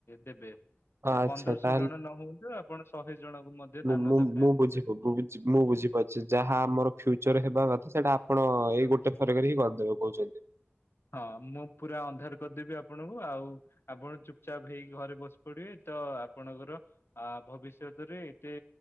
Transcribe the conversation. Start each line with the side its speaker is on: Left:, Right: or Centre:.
Left: ଦେବେ।
Right: ଆଚ୍ଛା
Left: ପନ୍ଦରଶହ
Right: ତାହେଲେ
Left: ଜଣ ନ ହଉନ୍ତୁ, ଆପଣ ଶହେ ଜଣଙ୍କୁ ମଧ୍ୟ
Right: ମୁଁ
Left: ଦାନ
Right: ମୁଁ
Left: ଦକ୍ଷିଣା
Right: ମୁଁ
Left: ଦେଇପାରିବେ।
Right: ବୁଝି ମୁଁ ବୁଝି ମୁଁ ବୁଝିପାରୁଛି ଯାହା ଆମର ଫ୍ୟୁଚର ହେବା କଥା, ସେଇଟା ଆପଣ
Left: ଆଚ୍ଛା।
Right: ଏଇ ଗୋଟେ ଥରକରେ ହିଁ କରିଦେବେ କହୁଛନ୍ତି।
Left: ହଁ ମୁଁ ପୁରା ଅନ୍ଧାର କରିଦେବି ଆପଣଙ୍କୁ। ଆଉ ଆପଣ ଚୁପଚାପ୍ ହେଇକି ଘରେ ବସି ପଡିବେ ତ ଆପଣଙ୍କର ଅ-ଭବିଷ୍ୟତରେ ଏତେ